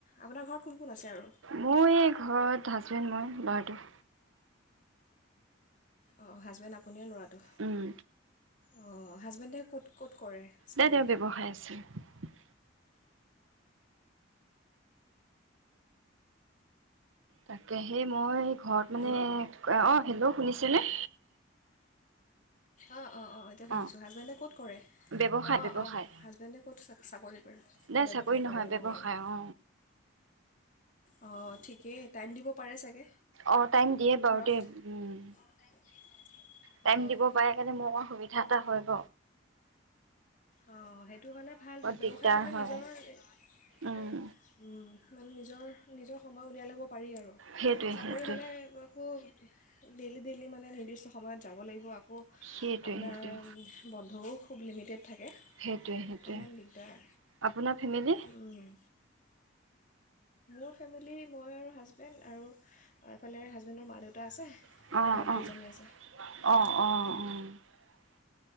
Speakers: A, on the left (about 40°); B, on the right (about 85°).
A: আপোনাৰ ঘৰত কোন কোন আছে আৰু
B: ময়ে ঘৰত হাজবেণ্ড মই বাৰতো
A: ও হাচবেণ্ড, আপুনি আৰু লৰাটো।
B: উম
A: অ' হাজবেণ্ডে কত কত কৰে চাকৰি
B: নে তেওঁৰ ব্যৱসায় আছে। তাকেহে মই ঘৰত
A: হেল্ল'
B: মানে অ' হেল্ল শুনিছা কেলে?
A: অ'- অ'-অ' এতিয়া শুনিছোঁ
B: অ
A: হাজবেণ্ডে কত কৰে?
B: ব্যৱসায়
A: অ'
B: ব্যৱসায়
A: -অ' হাজবেণ্ডে কত চা-চাকৰি কৰে?
B: নাই
A: অ' ব্যৱসায়
B: চাকৰি নহয়
A: কৰে। অ'-অ'।
B: ব্যৱসায় অ
A: অ' ঠিকেই টাইম দিব পাৰে চাগে
B: অ টাইম দিয়ে বাৰু
A: ঘৰত
B: দেই উম
A: <inaudible>
B: টাইম
A: অঁ
B: দিব ময় সুবিধা এটা হ'ব।
A: অ' সেইটো হলে ভাল হয়, ব্যৱসায়
B: দিগদাৰ
A: হলে
B: হয়
A: নিজৰ <inaudible>
B: উম
A: উম মান নিজৰ-নিজৰ সময় উলিয়াই লব পাৰি আৰু।
B: সেইটোৱে
A: চাকৰি
B: সেইটোৱে
A: হ'লে ব-আকো ডেইলি -ডেইলি মানে নিৰ্দিষ্ট সময়ত যাব লাগিব আ ওহ্
B: সেইটোৱে
A: আপোনাৰ
B: সেইটোৱে
A: উম বন্ধও খুব লিমিটেড থাকে,
B: সেইটোৱে সেইটোৱে
A: অকণমান দিগদাৰ।
B: আপোনাৰ ফেমিলি
A: উম মোৰ ফেমিলি, মই আৰু হাজবেণ্ড, আৰু এইফালে হাজবেণ্ডৰ মা দেউতা আছে।
B: অ'-অ'-অ'-অ'-অ'
A: আৰু ভণ্টি এজনী আছে সেয়া